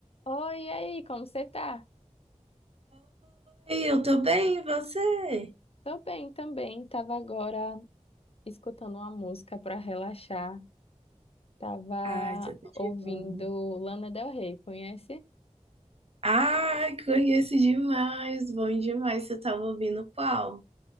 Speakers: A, on the left; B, on the right.
A: Oi, e aí, como você tá?
B: Oi, eu tô bem, e você?
A: Tô bem também. Tava agora escutando uma música pra relaxar. Tava
B: Ai, tudo de
A: ouvindo
B: bom.
A: Lana Del Rey, conhece?
B: Ai, conheço demais, bom demais. Você tava ouvindo qual?